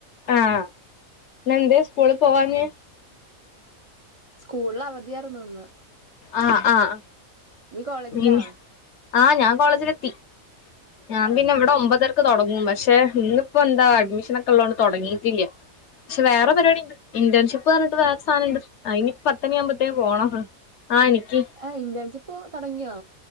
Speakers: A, on the left; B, on the right.
A: ആഹ് ഇന്നെന്തേ സ്കൂളിൽ പോവാഞ്ഞേ
B: സ്കൂൾള് അവധിയാർന്ന് ന്ന്.
A: ആഹ് ആഹ്
B: നീ കോളേജിലാ
A: പിന്നെ ആഹ് ഞാൻ കോളേജിലെത്തി. ഞാൻ
B: ആഹ്
A: പിന്നെ ഇവടെ ഒമ്പതരക്ക് തൊടങ്ങും പഷെ ഇന്നിപ്പോ എന്താ അഡ്മിഷനൊക്കെ ഉള്ളോണ്ട് തൊടങ്ങീറ്റില്യ ഷെ വേറെ
B: ഓ
A: പരിപാടി ഇണ്ട് ഇന്റേൺഷിപ്പ് പറഞ്ഞിട്ട് വേറെ സാനണ്ട് ഐനി പത്തണിയാമ്പത്തേന് പോണം. ആഹ് എനിക്ക്.
B: എഹ് ഇന്റേൺഷിപ്പ് തൊടങ്ങ്യോ